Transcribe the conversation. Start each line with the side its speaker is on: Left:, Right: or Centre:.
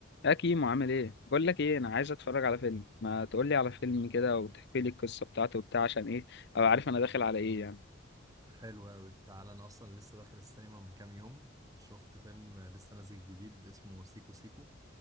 Left: يا كيمو عامل ايه بقول لك ايه انا عايز اتفرج على فيلم ما تقول لي على فيلم كده وتحكي لي القصه بتاعته وبتاع عشان ايه ابقى عارف انا داخل على ايه يعني
Right: حلو أوي تعالى أنا أصلا لسه داخل السينما من كام يوم شفت فيلم لسه نازل جديد اسمه سيكو سيكو